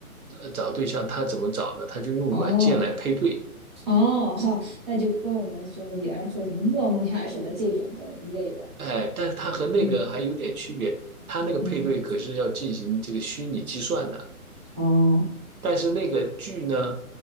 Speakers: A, on the right (about 70°); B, on the right (about 20°).
A: 呃找对象，他怎么找呢？他就用软件来配对，
B: 哦哦，哈，那就跟我们说原来说什么陌陌呀什么这种的一类的，
A: 哎，但是他和那个还有点区别，
B: 嗯
A: 他那个配对可是要进行这个虚拟计算的。
B: 嗯，哦
A: 但是那个剧呢，